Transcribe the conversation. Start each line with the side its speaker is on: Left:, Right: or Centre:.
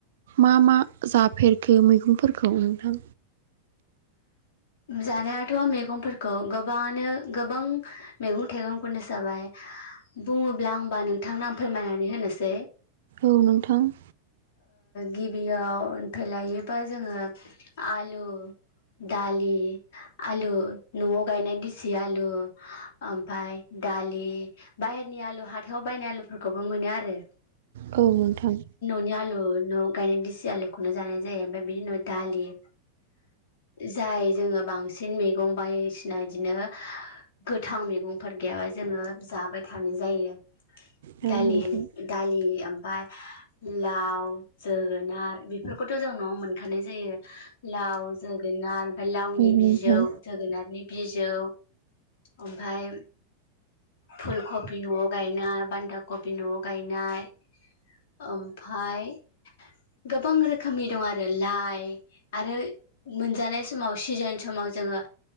Right: मा-मा जाफेरखो मैगंफोरखौ नोंथां
Left: जानायाथ' मैगंफोरखौ गोबाङानो गोबां मैगं थाइगंखौनो जाबाय बुङोब्ला होमबा नोंथांनो आं फोरमायनानै होनोसै
Right: औ नोंथां
Left: गिबियाव <unintelligible> लायोबा जोङो आलु दालि आलु न'आव गायनाय गेसि आलु ओमफाय दालि बाहेरनि आलु हाथायाव बायनाय आलुफोरखौबो मोनो आरो
Right: औ नोंथां
Left: बिनि आलु न' गायनाय दिसि आलुखौनो जानाय जायो ओमफ्राय बिनि उनाव दालि जाय जोङो बांसिन मैगं बायदिसिना इदिनो गोथां मैगंफोर बेयावहाय जोङो जाबाय थानाय जायो
Right: औ
Left: दालि
Right: नोंथां
Left: दालि ओमफाय लाव जोगोनार बेफोरखौथ' जों न'आव मोनखानाय जायो लाव जोगोनार ओमफ्राय लावनि
Right: औ नोंथां
Left: बिजौ जोगोनारनि बिजौ ओमफाय फुल कबि न'आव गायनाय बान्दा कबि न'आव गायनाय ओमफाय गोबां रोखोमनि दं आरो लाइ आरो मोनजानाय समाव सिजोन समाव जोङो